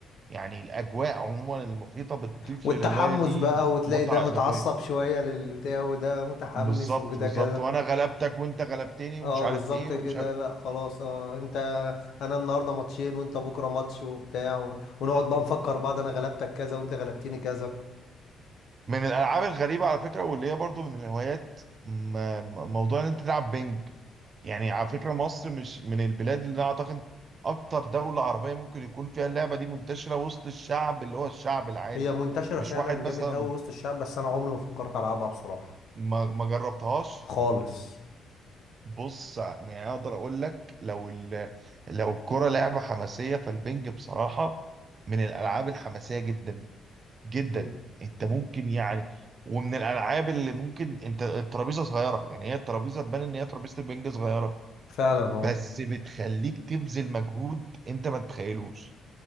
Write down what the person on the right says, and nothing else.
يعني الاجواء عموما المحيطة بتضيف
للهواية دي
متعة
اضافية
بالظبط
بالظبط
وانا غلبتك وانت غلبتني ومش
عارف
ايه
ومش عارف
من الالعاب الغريبة على فكرة واللي هي برضو من الهوايات م- م- موضوع ان انت تلعب بينج يعني على فكرة مصر مش من البلاد اللي أنا أعتقد أكتر دولة عربية ممكن يكون فيها اللعبة دي منتشرة وسط الشعب اللي هو الشعب العادي
مش
واحد مثلا
ما ما جربتهاش
بص يعني أقدر أقول لك لو ال... لو الكرة لعبة حماسية فالبنج بصراحة من الألعاب الحماسية جدا جدا
أنت
ممكن يعني ومن الألعاب اللي ممكن أنت الترابيزة صغيرة يعني هي الترابيزة تبان إن هي ترابيزة البنج صغيرة
بس بتخليك تبذل مجهود انت ما تتخيلوش